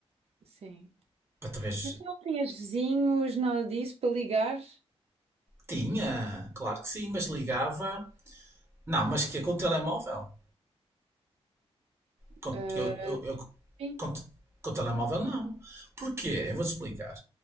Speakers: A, on the right; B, on the right.
A: Sim.
B: Para talvez
A: Mas tu não tinhas vizinhos, nada disso para ligar?
B: tinha, claro que sim, mas ligava. Não, mas que com o telemóvel? Com,
A: Ah,
B: eu, eu, eu,
A: Sim.
B: com, te- com o telemóvel, não. Porquê? Eu vou-te explicar.